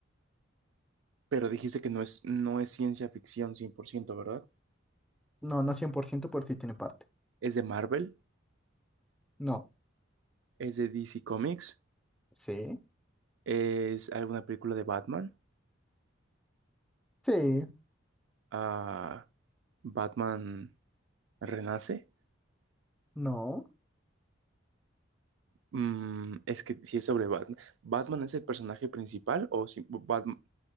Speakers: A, on the right (about 75°); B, in the centre.
A: pero dijiste que no es, no es ciencia ficción cien por ciento ¿verdad?
B: No, no 100% por ciento por si tiene parte.
A: Es de Marvel,
B: No,
A: es de DC Comics,
B: sí,
A: es alguna película de Batman.
B: sí,
A: Ah, Batman renace.
B: no.
A: Mm, es que si es sobre Batman. ¿Batman es el personaje principal o si Batman,